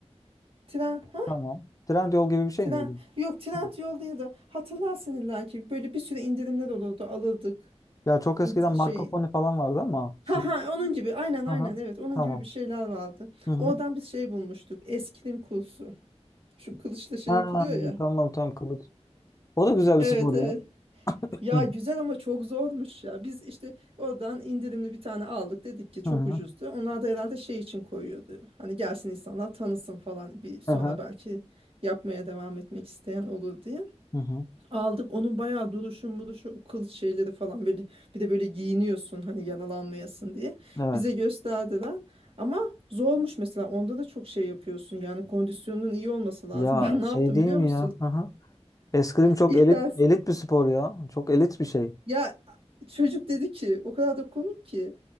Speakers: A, on the right; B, on the left.
A: Tren, ha?
B: Tamam. Trendyol gibi bir şey
A: Tren.
B: miydi?
A: Yok, Trend
B: Hı.
A: yol değil de hatırlarsın illa ki. Böyle bir sürü indirimler olurdu. Alırdık.
B: Ya çok eskiden
A: İnt-
B: Marco
A: şey
B: Polo falan vardı ama şimdi
A: Ha ha onun gibi aynen aynen
B: aha,
A: evet onun
B: tamam.
A: gibi bir şeyler vardı.
B: Hı hı.
A: Oradan bir şey bulmuştuk. Eskrim kursu. Şu kılıçla şey
B: Ha,
A: yapılıyor ya.
B: tamam tamam kılıç. O da güzel
A: Evet
B: bir spor
A: evet.
B: ya.
A: Ya
B: Hı hı.
A: güzel ama çok zormuş ya. Biz işte oradan indirimli bir tane aldık dedik ki çok
B: Hı hı.
A: ucuzdu. Onlar da herhalde şey için koyuyordu. Hani gelsin insanlar tanısın falan bir sonra
B: Hı hı.
A: belki yapmaya devam etmek isteyen olur diye.
B: Hı hı.
A: Aldık onun bayağı duruşu muruşu o kılıç şeyleri falan böyle bir de böyle giyiniyorsun hani yaralanmayasın diye.
B: Evet.
A: Bize gösterdiler. Ama zormuş mesela onda da çok şey yapıyorsun yani kondisyonun iyi olması lazım.
B: Ya
A: <laughs> Ben ne
B: şey
A: yaptım
B: değil
A: biliyor
B: mi
A: musun?
B: ya? Hı hı. Eskrim çok
A: İlk
B: elit
A: ders
B: elit bir spor ya. Çok elit bir şey.
A: Ya çocuk dedi ki o kadar da komik ki